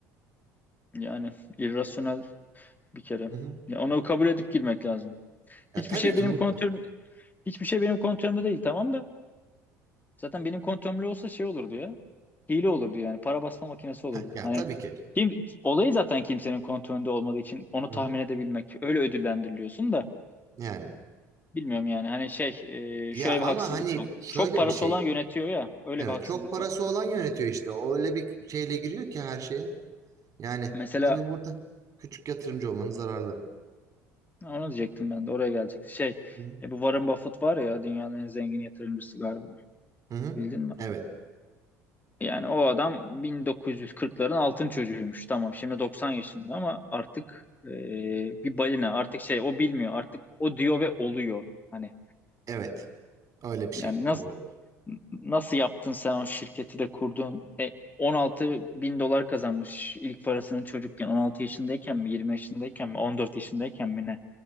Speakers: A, on the left; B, on the right.
A: Yani irrasyonel bir kere.
B: Hı hı.
A: Ya onu kabul edip girmek lazım.
B: Ya
A: Hiçbir
B: tabii
A: şey
B: ki
A: benim
B: mutlaka.
A: kontrolüm hiçbir şey benim kontrolümde değil tamam da. Zaten benim kontrolümde olsa şey olurdu ya. Hile olurdu yani. Para basma makinesi olurdu.
B: Ya
A: Hani
B: tabii ki.
A: kim olayı zaten kimsenin kontrolünde olmadığı için onu
B: Hı
A: tahmin
B: hı.
A: edebilmek. Öyle ödüllendiriliyorsun da
B: Yani.
A: bilmiyorum yani. Hani şey
B: Ya
A: e, şöyle
B: ama
A: bir haksızlık
B: hani
A: var.
B: şöyle
A: Çok parası
B: bir şey.
A: olan yönetiyor ya. Öyle
B: Evet
A: bir haksızlık
B: çok parası
A: var.
B: olan yönetiyor işte. O öyle bir şeyle giriyor ki her şeye. Yani
A: Mesela
B: tabii burada küçük yatırımcı olmanın zararları.
A: Onu diyecektim ben de oraya gelecekti. Şey
B: Hı hı.
A: e, bu Warren Buffett var ya dünyanın en zengin yatırımcısı galiba.
B: Hı hı.
A: Bildin mi?
B: Evet.
A: Yani o adam 1940'ların altın çocuğuymuş. Tamam şimdi 90 yaşında ama artık e, bir balina artık şey o bilmiyor artık o diyor ve oluyor. Hani
B: Evet. Öyle bir
A: yani
B: şey.
A: nasıl
B: O-
A: nasıl yaptın sen o şirketi de kurdun? E, 16 bin dolar kazanmış ilk parasını çocukken 16 yaşındayken mi 20 yaşındayken mi 14 yaşındayken mi ne?